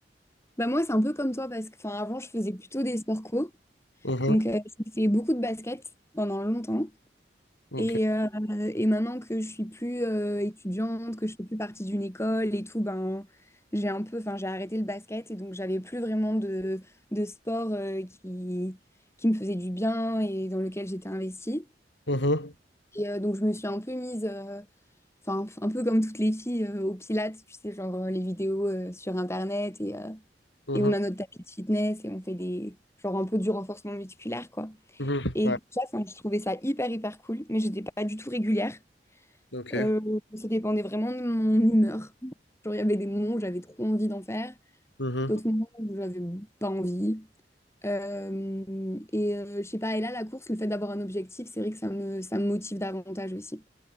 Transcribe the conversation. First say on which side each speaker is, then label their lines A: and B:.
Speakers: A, on the left; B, on the left.
A: Bah moi, c'est un peu comme toi, parce que enfin, avant, je faisais plutôt des sports co.
B: Mhm,
A: Donc, euh, j'ai fait beaucoup de basket pendant longtemps.
B: ok.
A: Et, euh, et maintenant que je suis plus euh, étudiante, que je fais plus partie d'une école et tout, ben j'ai un peu, enfin j'ai arrêté le basket et donc j'avais plus vraiment de, de sport euh, qui, qui me faisait du bien et dans lequel j'étais investie.
B: Mhm,
A: Et euh, donc je me suis un peu mise, euh, enfin un peu comme toutes les filles euh, au Pilates, tu sais, genre euh, les vidéos euh, sur Internet et, euh,
B: mhm,
A: et on a notre tapis de fitness et on fait des, genre un peu du renforcement musculaire quoi.
B: mhm,
A: Et
B: ouais,
A: ça, enfin, je trouvais ça hyper hyper cool, mais j'étais pas du tout régulière.
B: ok.
A: Euh, ça dépendait vraiment de mon humeur. Genre, il y avait des moments où j'avais trop envie d'en faire,
B: Mhm.
A: d'autres moments où j'avais pas envie. Euh, et euh, je sais pas, et là, la course, le fait d'avoir un objectif, c'est vrai que ça me, ça me motive davantage aussi.